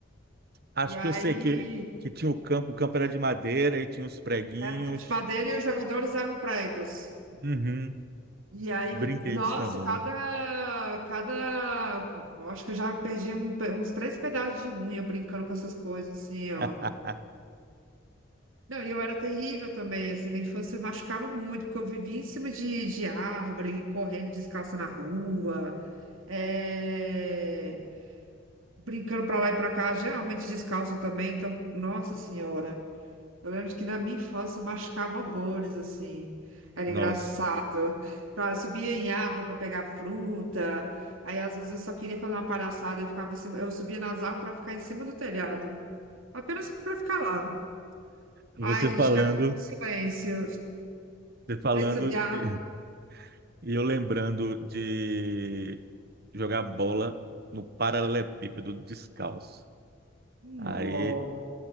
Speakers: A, on the right; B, on the right.
A: Acho
B: E aí
A: que eu sei que, que tinha o campo, o campo era de madeira e tinha os preguinhos.
B: era um campo de madeira e os jogadores eram pregos.
A: Uhum.
B: E aí,
A: Brinquedos
B: nossa,
A: também.
B: cada, cada, acho que eu já perdi um pe- uns três pedaços de unha brincando com essas coisas, assim, ó.
A: <laughs>
B: Não, e eu era terrível também, assim, na infância eu machucava muito, porque eu vivia em cima de, de árvore, correndo descalça na rua, é, brincando pra lá e pra cá, geralmente descalça também, então, nossa senhora. Eu lembro de que na minha infância eu machucava horrores, assim, era
A: Nossa,
B: engraçado. Pra, eu subia em árvore pra pegar fruta, aí às vezes eu só queria fazer uma palhaçada, eu ficava em cima- eu subia nas árvores pra ficar em cima do telhado, apenas pra ficar lá.
A: você
B: Ai, gente,
A: falando,
B: quero um pouco de silêncio.
A: você falando
B: Aí subia
A: e
B: a
A: e eu lembrando de jogar bola no paralelepípedo descalço. Aí
B: Nossa,